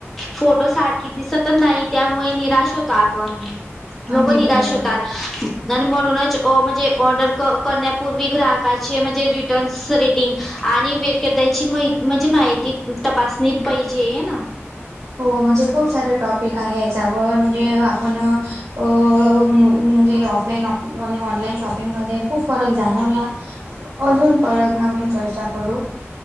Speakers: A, in the centre; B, on the right.
A: फोटो सारखी दिसतच नाही त्यामुळे निराश होतो आपण.
B: अगदी
A: लोक निराश
B: बरोबर
A: होतात आणि म्हणूनच ओ म्हणजे ऑर्डर क- करण्यापूर्वी ग्राहकाचे म्हणजे रिटन्स रेटिंग आणि योग्यदायची माहिती म्हणजे माहिती तपासणी पाहिजे है ना.
B: हो, म्हणजे खूप सारे टॉपिक आहे याच्यावर म्हणजे आपण अ अ म्हणजे ऑफलाईन ऑप ऑनलाईन शॉपिंग त्यामध्ये खूप फरक जाणवला अजून परत नवीन चर्चा करू.